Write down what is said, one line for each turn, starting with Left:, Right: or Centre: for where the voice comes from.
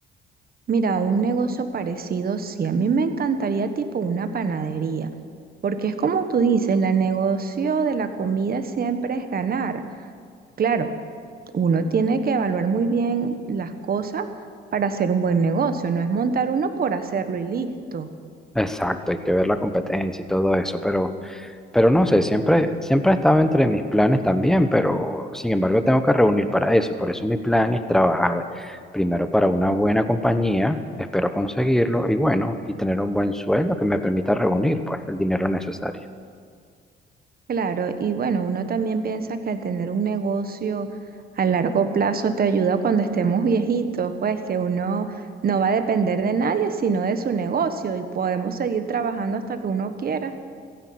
Right: Mira, un negocio parecido, sí, a mí me encantaría tipo una panadería. Porque es como tú dices, el negocio de la comida siempre es ganar. Claro, uno tiene que evaluar muy bien las cosas para hacer un buen negocio, no es montar uno por hacerlo y listo.
Centre: Exacto, hay que ver la competencia y todo eso, pero... Pero no sé, siempre, siempre ha estado entre mis planes también, pero sin embargo tengo que reunir para eso. Por eso mi plan es trabajar primero para una buena compañía, espero conseguirlo y bueno, y tener un buen sueldo que me permita reunir pues el dinero necesario.
Right: Claro, y bueno, uno también piensa que al tener un negocio a largo plazo te ayuda cuando estemos viejitos, pues que uno no va a depender de nadie sino de su negocio y podemos seguir trabajando hasta que uno quiera.